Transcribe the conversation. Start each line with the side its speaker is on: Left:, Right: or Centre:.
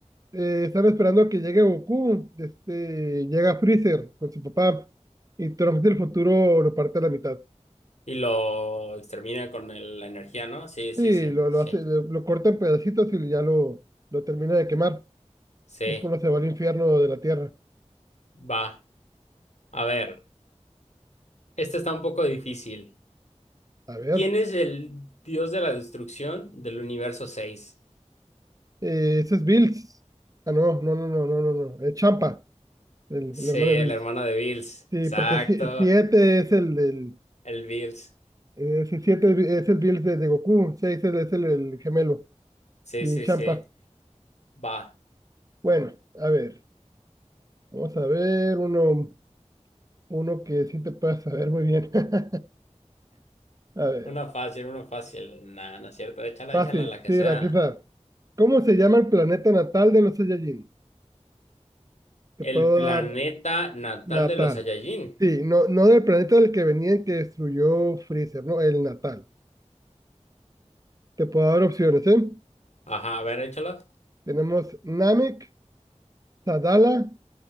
Right: eh, están esperando a que llegue Goku, este, llega Freezer con su papá y Trunks del futuro lo parte a la mitad.
Left: y lo extermina con el- la energía, ¿no? Sí, sí,
Right: Sí,
Left: sí,
Right: lo, lo
Left: sí,
Right: hace, lo, lo corta en pedacitos y ya lo, lo termina de quemar.
Left: sí,
Right: Es cuando se va al infierno de la tierra.
Left: va. A ver, este está un poco difícil.
Right: A ver,
Left: ¿Quién es el dios de la destrucción del universo 6?
Right: eh, ese es Bills. Ah, no, no, no, no, no, no, no. Es Champa, el,
Left: Sí,
Right: el hermano
Left: el
Right: de Bills.
Left: hermano de Bills.
Right: Sí,
Left: Exacto.
Right: porque si- 7 es el del.
Left: El Bills.
Right: eh, si 7 es es el Bills de, de Goku, 6 es, es el, el gemelo.
Left: Sí,
Right: Y
Left: sí,
Right: Champa.
Left: sí. Va.
Right: Bueno, a ver, vamos a ver uno, uno que sí te puedas saber muy bien. <laughs> A ver,
Left: Una fácil, una fácil. Nah, no es cierto. Échala,
Right: fácil,
Left: échala la que
Right: sí,
Left: sea.
Right: aquí está. ¿Cómo se llama el planeta natal de los Saiyajin? Te puedo
Left: El planeta
Right: dar
Left: natal
Right: Natal.
Left: de los Saiyajin.
Right: Sí, no, no del planeta del que venían que destruyó Freezer, no, el Natal. Te puedo dar opciones, ¿eh?
Left: Ajá, a ver, échala.
Right: Tenemos Namek, Sadala,